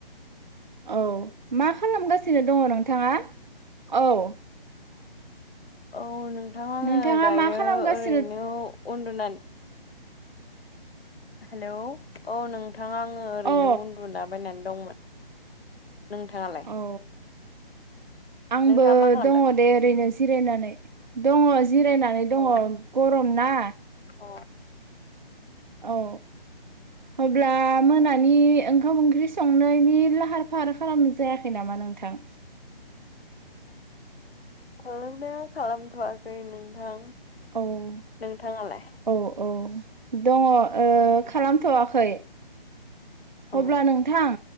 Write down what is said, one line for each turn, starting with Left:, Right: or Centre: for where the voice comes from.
Right: औ मा खालामगासिनो दङ नोंथाङा औ
Left: औ नोंथां आङो
Right: नोंथाङा
Left: दायो
Right: मा खालामगासिनो
Left: ओरैनो उन्दुना हेलौ औ नों नोंथाङा आङो ओरैनो
Right: अ
Left: उन्दुना बायनानै दंमोन नोंथाङालाय
Right: औ आंबो
Left: नोंथाङा मा खालामदों?
Right: दङ दे ओरैनो जिरायनानै दङ जिरायनानै दङ
Left: औ
Right: गरम ना
Left: अ
Right: औ अब्ला मोनानि ओंखाम ओंख्रि संनायनि लाहार फाहार खालामनो जायाखै नामा नों नोंथां
Left: ओरैनो खालामथ'वाखै नोंथां
Right: औ
Left: नोंथांङालाय
Right: औ औ दंङो खालामथ'वाखै।
Left: औ
Right: अब्ला नोंथां